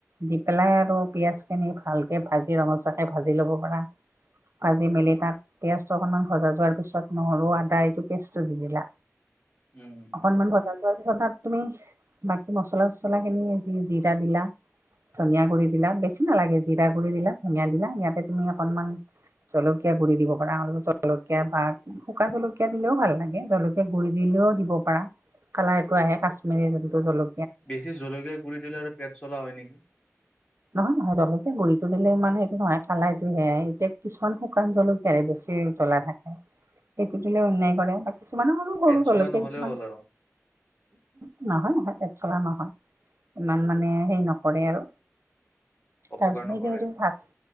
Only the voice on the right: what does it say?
দি পেলাই আৰু পিঁয়াজখিনি ভালকৈ ভাজি ৰঙচুৱাকৈ ভাজি ল'ব পাৰা। ভাজি মেলি তাত পিঁয়াজটো অকণমান ভজা যোৱাৰ পিছত নহৰু, আদা এইটো পেষ্টটো দি দিলা,
অকনমান ভজা হোৱাৰ পিছত তাঁত তুমি বাকী মছলা - চছলাখিনি যি জিৰা দিলা ধনিয়াগুৰি দিলা, বেছি নালাগে জিৰা গুৰি দিলা, ধনিয়া দিলা ইয়াতে তুমি অকনমান জলকীয়া গুৰি দিব পাৰা, অলপ জলকীয়া বা শুকান জলকীয়া দিলেও ভাল লাগে জল কে গুৰি দিলেও দিব পাৰা, কালাৰটো আহে কাশ্মিৰী যোনটো জল
নহয় নহয় জলকীয়া গুৰিটো দিলে ইমান সেইটো নহয় কালাটো সেয়াই এতিয়া কিছুমান শুকান জলকীয়াৰে বেছি জ্বলা থাকে। সেইটো দিলে অন্যায়
কৰে বা কিছুমান সৰু সৰু
জলকীয়া
কিছুমান
উমহু নহয়। থা পেট চলা নহয়, ইমান মানে হেৰি নকৰে আৰু
তাৰপিছত
সেইখিনি তুমি ভাজ